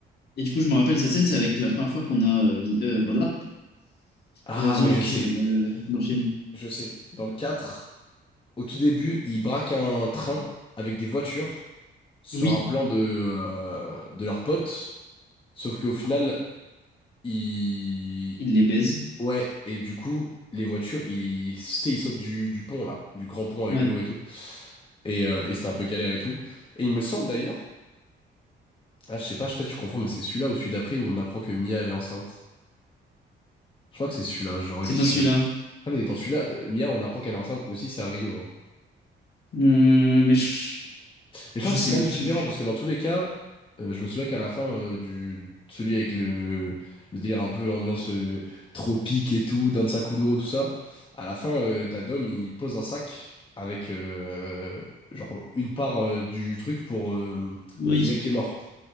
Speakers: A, on the left; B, on the left.
A: Et du coup, je me rappelle cette scène, c'est avec la première fois qu'on a euh, vi- euh, blablabla,
B: Ah,
A: euh, The
B: mais
A: Rock
B: je sais.
A: euh, dans le film.
B: Je sais. Dans le 4. Au tout début, ils braquent un train avec des voitures sur
A: Oui,
B: un plan de, euh, de leurs potes. Sauf qu'au final, ils...
A: il les baise.
B: Ouais, et du coup, les voitures, ils, tu sais, ils sautent du, du pont, là, du grand pont avec
A: Ouais,
B: l'eau et tout. Et, euh, et c'était un peu galère et tout. Et il me semble d'ailleurs, ah, je sais pas, peut-être je suis confonds, mais c'est celui-là ou celui d'après où on apprend que Mia, elle est enceinte. Je crois que c'est celui-là, j'aurais
A: c'est
B: dit
A: dans
B: celui-là.
A: celui-là.
B: Ah, mais dans celui-là, euh, Mia, on apprend qu'elle est enceinte aussi, c'est à Rio. hein.
A: Euh, mais je,
B: Mais je crois
A: je
B: que
A: sais
B: c'est quand
A: plus.
B: même différent parce que dans tous les cas, euh, je me souviens qu'à la fin euh, du celui avec le, le délire un peu ambiance euh, tropique et tout, Dansa Kuduro, tout ça, à la fin, euh, t'as Dom, il pose un sac avec euh, genre une part euh, du truc pour euh,
A: Oui,
B: le mec qui est mort.